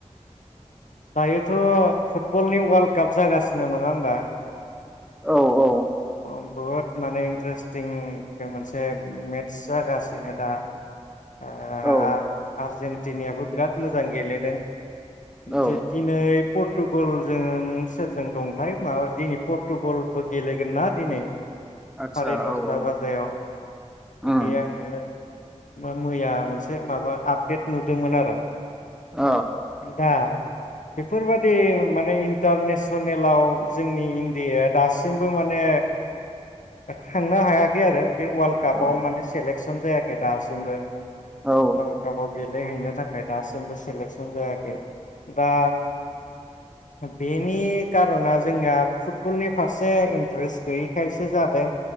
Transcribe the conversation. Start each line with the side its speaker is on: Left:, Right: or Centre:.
Left: दायोथ फुटबलनि वाल काप जागासिनो नंङा होमबा?
Centre: औ औ
Left: औ बुहुत माने इन्ट्रेस्टिं मोनसे मेटस जागासिनो दा ओ
Centre: औ
Left: आरजेन टि नि आबो बिराद मोजां गेलेदों।
Centre: औ
Left: दि दिनै पर्टुगल जों सोरजों दंथाय माबा दिनै पर्टुगलबो गेलेगोन ना दिनै
Centre: आतसा
Left: सारे दसटा
Centre: औ औ
Left: बाजायाव
Centre: उम
Left: बिदि आंङो मो मैया मोनसे माबा आपडेट नुदोंमोन आरो।
Centre: अ
Left: दा बेफोरबादि माने इन्टारनेसनेलाव जोंनि इण्डियाया दासिमबो माने थांनो हायाखै आरो बे वाल कापाव
Centre: अ
Left: माने सेलेक सन जायाखै दासिमबो
Centre: औ
Left: वाल काबाव गेले हैनो थाखाय दासिमबो सेलेकसन जायाखै, बा बेनि कारना जोंनिया फुटबलनि फारसे इन्ट्रेस्ट गैयिखायसो जादों